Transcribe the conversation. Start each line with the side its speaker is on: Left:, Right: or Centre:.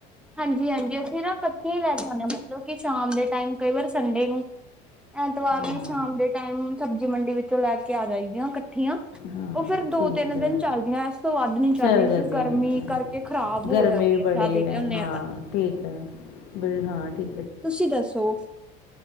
Centre: ਹਾਂਜੀ -ਹਾਂਜੀ, ਅਸੀਂ ਨਾ ਕੱਠੀਆਂ ਈ ਲੈ ਕੇ ਆਂਨੇ ਹਾਂ, ਮਤਲਬ ਕਿ, ਸ਼ਾਮ ਦੇ ਟਾਈਮ ਕਈ ਵਾਰ ਸੰਡੇ ਨੂੰ। ਐਤਵਾਰ
Left: ਹਾਂ
Centre: ਨੂੰ ਸ਼ਾਮ ਦੇ ਟਾਈਮ, ਸਬਜੀ ਮੰਡੀ ਵਿਚੋਂ ਲੈ ਕੇ ਆ ਜਾਈਦੀਆਂ ਕੱਠੀਆਂ।
Left: ਹਾਂ
Centre: ਓ ਫੇਰ ਦੋ
Left: ਠੀਕ
Centre: ਤਿੰਨ,
Left: ਹੈ
Centre: ਦਿਨ ਚਲਦੀਆਂ ਇਸ ਤੋਂ ਵੱਧ ਨੀ ਚਲਦੀਆਂ
Left: ਚੱਲ
Centre: ਕਿਉਂਕਿ
Left: ਜਾਂਦੀਆਂ
Centre: ਗਰਮੀ
Left: ਨੇ
Centre: ਕਰਕੇ ਖਰਾਬ ਹੋ
Left: ਗਰਮੀ
Centre: ਜਾਂਦੀਆਂ।
Left: ਵੀ
Centre: ਜ਼ਿਆਦਾ
Left: ਹਾਂ,
Centre: ਲਿਆਉਂਦੇ ਆ ਤਾਂ
Left: ਠੀਕ ਐ, ਬ ਹਾਂ ਠੀ
Centre: ਤੁਸੀ ਦੱਸੋ?